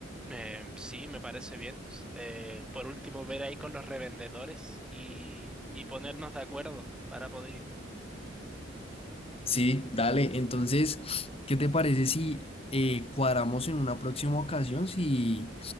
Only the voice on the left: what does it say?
Sí, dale. Entonces, ¿qué te parece si eh, cuadramos en una próxima ocasión si